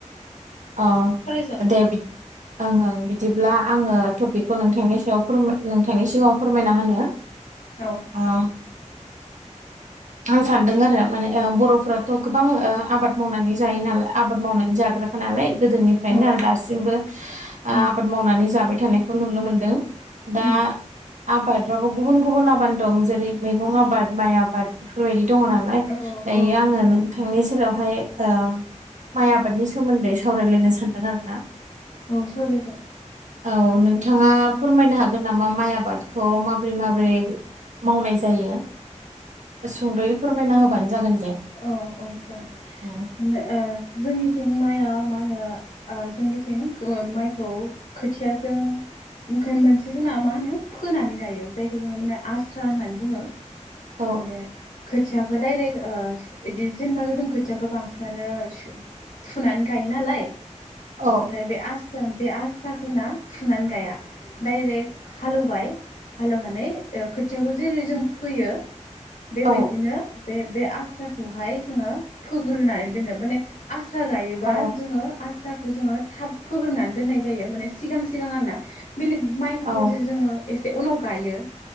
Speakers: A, on the right; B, on the left.
A: आ
B: सावरायजागोन
A: दे बि ओं ओं बिदिब्ला आङो टपिकखौ नोंथांनि सायाव फोरमाय नोंथांनि सिगाङाव फोरमायना होनो।
B: औ
A: ओ आं सानदों आरो माने ओं बर'फोराथ' ओ गोबां आबाद मावनानै जायो नालाय आबाद मावनानै जाग्राखा नालाय गोदोनिफ्रायनो
B: औ
A: आरो दासिमबो
B: उम
A: आ आबाद मावनानै जाबाय थानायखौ नुनो मोनदों। दा
B: उम
A: आबादबाबो गुबुन गुबुन आबाद दं जेरै मैगं आबाद माइ आबाद बेफोरबायदि दङ नालाय
B: औ औ
A: दायो आङो नोंथांनि सेराव ओमफाय ओ माइ आबादनि सोमोन्दै सावरायलायनो सानदों आरो ना
B: औ सावरायजागोन
A: औ नोंथाङा फोरमायनो हागोन नामा माइ आबादखौ माबोरै माबोरै मावनाय जायो सुंद'यै फोरमायना होबानो जागोन दे
B: अ औ जागोन
A: उम
B: दे ओ जोंनिथिं माया मा होनो ओ जोंनिथिं माइखौ खोथियाजों मखे मोनसे जोंना मा होनो फोनानै गायो जायखौ जोङो माने आस्रा होननानै बुङो।
A: औ
B: माने खो खोथियाखौ डाइरेक्ट ओ इदि जेनेबा जों खोथियाखौ बांसिनानो फुनानै गायो नालाय
A: औ
B: ओमफ्राय बे आस्रा बे आस्राखौ ना फुनानै गाया डाइरेक्ट हालौवबाय हालेवनानै ओ खोथियाखौ जेरै जों फोयो। बेबायदिनो
A: औ
B: बे बे आस्राखौहाय जोङो फोग्रोनानै दोनो माने आस्र स्रा गायोबा
A: औ
B: जोङो आस्रा खौ जोङो थाब फोग्रोनानै दोननाय जायो माने सिगां सिगां आर ना बेलेग माइफोरखौ
A: औ अ आ
B: जेरै जोङो एसे उनाव गायो